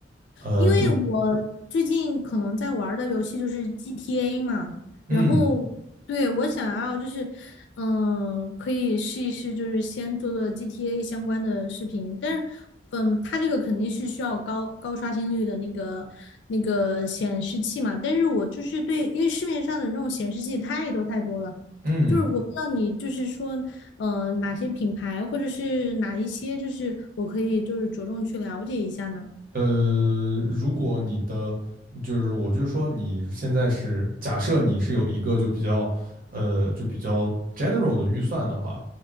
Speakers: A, on the right (about 50°); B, on the left (about 80°).
A: 呃，
B: 因为我最近可能在玩儿的游戏就是
A: 就
B: GTA 嘛，
A: 嗯
B: 然后对我想要就是，嗯、可以试一试，就是先做做 GTA 相关的视频，但是，嗯，它这个肯定是需要高高刷新率的那个那个显示器嘛，但是我就是对，因为市面上的那种显示器太多太多了。
A: 嗯，
B: 就是我不知道你就是说，呃，哪些品牌或者是哪一些，就是我可以就是着重去了解一下呢？
A: 呃，如果你的就是我就是说你现在是假设你是有一个就比较呃就比较 general 的预算的话，